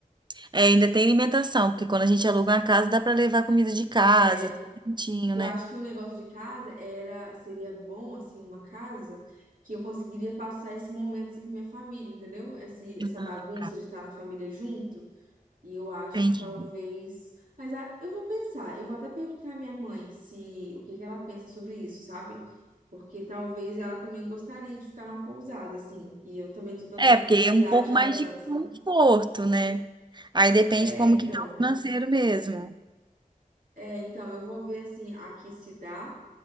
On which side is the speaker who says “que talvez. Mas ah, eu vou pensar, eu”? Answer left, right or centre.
Right